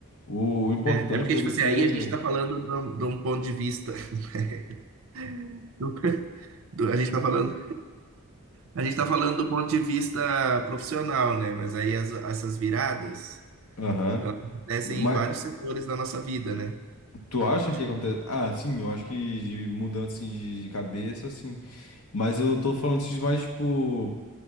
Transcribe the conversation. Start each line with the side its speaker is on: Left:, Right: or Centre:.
Left: O, o importante
Right: É, é porque,
Left: deve
Right: tipo assim,
Left: ser.
Right: aí a gente tá falando de um de um ponto de vista. <laughs> do- do- a gente tá falando, a gente tá falando do ponto de vista profissional, né? Mas aí as- essas viradas,
Left: Aham.
Right: elas acontecem
Left: Mas
Right: em vários setores da nossa vida, né?
Left: tu acha
Right: Tipo,
Left: que acontece? Ah, sim, eu acho que de mudança assim, de, de cabeça, sim. Mas eu tô falando assim de mais, tipo,